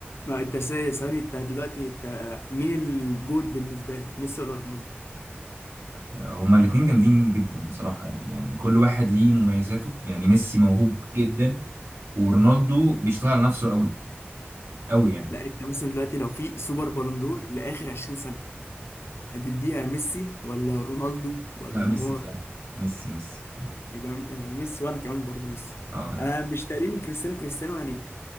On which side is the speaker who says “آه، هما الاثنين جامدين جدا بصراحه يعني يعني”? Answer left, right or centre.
Right